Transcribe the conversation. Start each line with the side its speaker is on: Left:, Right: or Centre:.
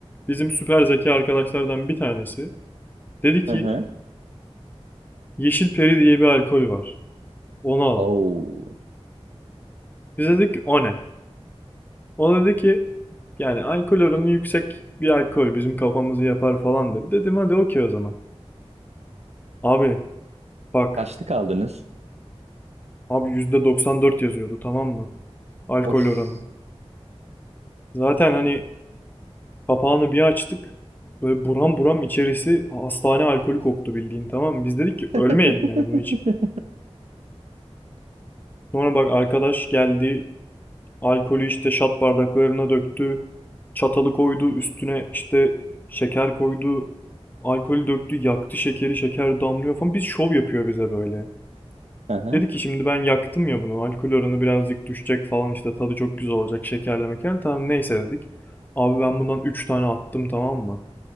Left: Bizim süper zeki arkadaşlardan bir tanesi Dedi ki
Right: hı hı.
Left: yeşil peri diye bir alkol var. Onu alalım.
Right: Oo,
Left: Biz dedik ki o ne? O dedi ki yani alkol oranı yüksek bir alkol bizim kafamızı yapar falan dedi. Dedim hadi okey o zaman. Abi bak
Right: kaçlı kaldınız?
Left: abi %94 yazıyordu tamam mı? Alkol
Right: Of.
Left: oranı. Zaten hani kapağını bir açtık. Böyle buram buram içerisi hastane alkolü koktu bildiğin tamam mı? Biz dedik ki
Right: <laughs>
Left: ölmeyelim yani bunu içip. Sonra bak arkadaş geldi Alkolü işte şat bardaklarına döktü. Çatalı koydu üstüne işte şeker koydu. Alkolü döktü yaktı şekeri şeker damlıyor falan. biz şov yapıyor bize böyle.
Right: Hı hı,
Left: Dedi ki şimdi ben yaktım ya bunu. Alkol oranı birazcık düşecek falan işte tadı çok güzel olacak şekerle meker. Tamam neyse dedik. Abi ben bundan 3 tane attım tamam mı?